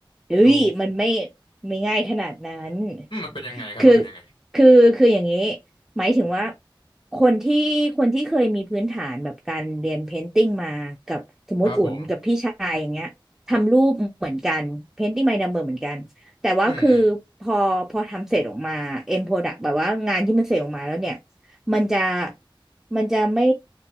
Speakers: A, in the centre; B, on the left.
A: เฮ้ยมันไม่
B: ดู
A: ไม่ง่ายขนาดนั้น
B: อืมมันเป็นยังไงครับมันเป็นยังไง
A: คือคือคืออย่างนี้หมายถึงว่าคนที่คนที่เคยมีพื้นฐานแบบการเรียนเพนติ้งมากับสมมติอุ่นกับพี่ชายอย่างเงี้ยทำรูปเหมือนกันเพนติ้ง
B: ครับผม
A: by number เหมือนกันแต่ว่าคือ
B: อืมอืม
A: พอพอทำเสร็จออกมา end product แบบว่างานที่มันเสร็จออกมาแล้วเนี่ยมันจะมันจะไม่